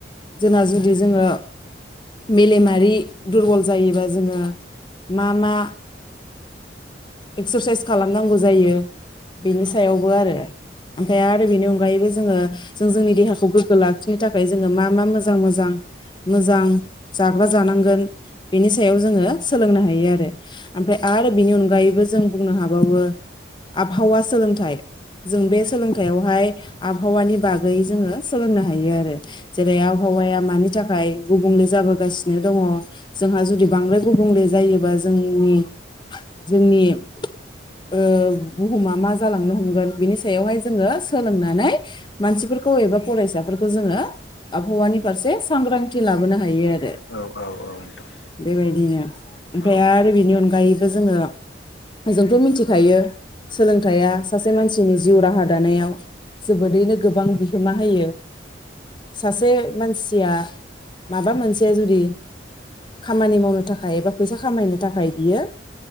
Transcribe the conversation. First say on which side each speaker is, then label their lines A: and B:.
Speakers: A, on the left (about 25°); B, on the left (about 80°).
A: जोंना जुदि जोंङो मेलेमारि दुरबल जायोबा जोंओ मा एक्सारसाइस खालामनांगौ जायो बेनि सायावबो आरो ओमफ्राय आरो बेनि अनगायैबो जोंङो जों जोंनि देहाखौ गोग्गो लाखिनो थाखाय जोंङो मा मा मोजां मोजां मोजां जाग्रा जानांगोन बेनि सायाव जोंङो सोलोंनो हायो। हायो आरो ओमफ्राय आरो आरो बिनि अनगायोबो जों बुंनो हाबावो आबहावा सोलोंथाइ जों बे सोलोंथायाइयावहाय आबहावानि बागै जोंङो सोलोंनो हायो आरो जेरै आबवहाया मानि थि <unintelligible> गुबुंले जाबोगासिनो दंङ जोंहा जुदि बांद्राय गुबु गुबुंले जायोबा जोंनि जोंनि ओ बुहुमा मा जा जालांनो हमगोन बिनि सायावहाय जोंङो सोलोंनानै मानसिफोरखौ एबा फरायसाफोरखौ जोंङो आबहावानि फारसे सांग्रांथि लाबोनो हायो आरो
B: औ औ औ नोंथां
A: बेबायदिनो ओमफ्राय
B: औ
A: आरो बेनि अनगायैबो जोंङो जोंथ मिथिखायो सोलोंथाइया सासे मानसिनि जिउ राहा दानायाव जोबोरैनो गोबां बिहोमा होयो सासे मानसि माबा मोनसे जुदि खामानि मावनो थाखाय एबा फैसा खामायनो थाखाय बियो